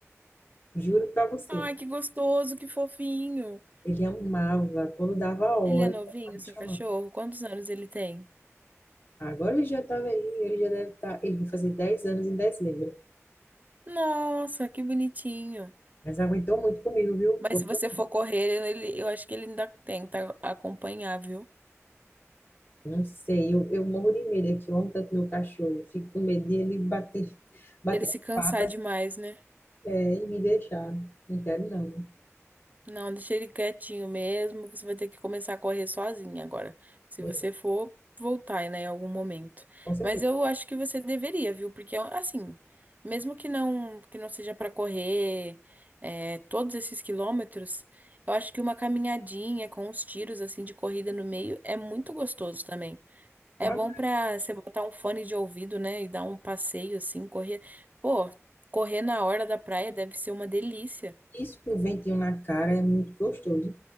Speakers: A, on the left; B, on the right.
A: Juro pra você.
B: Ai, que gostoso, que fofinho.
A: Ele amava. Quando dava a hora,
B: Ele é
A: ele
B: novinho,
A: estava me
B: seu
A: chamando.
B: cachorro? Quantos anos ele tem?
A: Agora ele já tá velhinho, ele já deve estar. Ele vai fazer 10 anos em dezembro.
B: Nossa, que bonitinho.
A: Mas aguentou muito comigo, viu?
B: Mas
A: Como
B: se você
A: eu-
B: for correr, ele, eu acho que ele ainda tenta acompanhar, viu?
A: Não sei, eu, eu morro de medo aqui. Ontem, tanto meu cachorro, fico com medo de ele bater, bater
B: Ele se
A: as
B: cansar
A: patas,
B: demais, né?
A: é, e me deixar. Não quero, não.
B: Não, deixa ele quietinho mesmo. Você vai ter que começar a correr sozinha agora. Se
A: É,
B: você for voltar, né, em algum momento.
A: com certeza.
B: Mas eu acho que você deveria, viu? Porque assim, mesmo que não que não seja para correr é, todos esses quilômetros, eu acho que uma caminhadinha com uns tiros assim de corrida no meio é muito gostoso também.
A: Mas
B: É bom pra você botar um fone de ouvido, né? E dar um passeio assim, correr. Pô, correr na hora da praia deve ser uma delícia.
A: isso com ventinho na cara é muito gostoso.